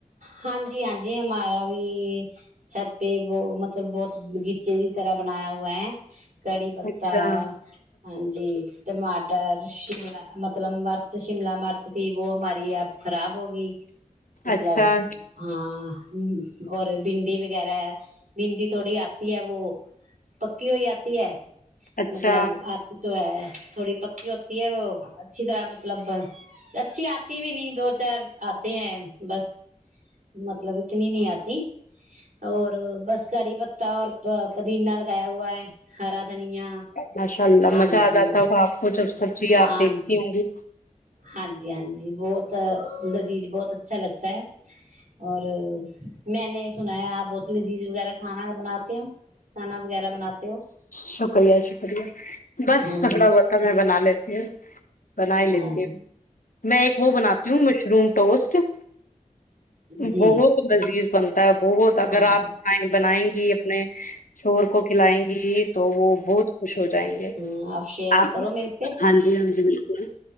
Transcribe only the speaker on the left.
اچھا
اچھا
اچھا
ماشاء اللہ
مزہ آ
جاتا ہوگا آپ کو جب سبزی
آپ دیکھتی
ہوں گی
شکریہ شکریہ بس
جھگڑا ہوتا میں بنا لیتی ہوں بنا ہی
لیتی ہوں میں ایک وہ بناتی ہوں مشروم <unintelligible> ٹوسٹ <unintelligible>
بہت لذیذ بنتا ہے بہت اگر
آپ
بنائیں گی اپنے شور کو کو کھلائیں گی تو وہ بہت خوش ہو جائیں
گے
آپ
ہاں جی ہاں جی بالکل